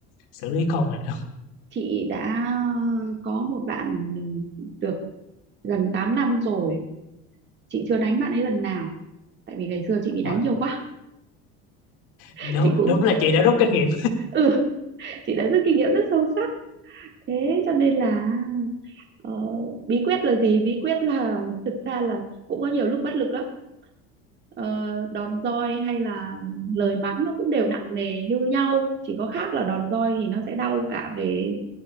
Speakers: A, on the left; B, on the right.
A: xử lý con mình đúng
B: chị đã có một bạn được gần 8 năm rồi chị chưa đánh bạn ấy lần nào tại vì ngày xưa chị
A: không?
B: bị đánh
A: Ờ,
B: nhiều quá <laughs>
A: đúng,
B: chị cũng
A: đúng là chị
B: chị
A: đã rút kinh nghiệm
B: ừ chị đã rút kinh nghiệm rất sâu sắc thế cho nên là ờ, bí quyết là gì bí quyết là <laughs> thực ra là cũng có nhiều lúc bất lực lắm ờ, đòn roi hay là lời mắng nó cũng đều nặng nề như nhau chỉ có khác là đòn roi thì nó sẽ đau cả về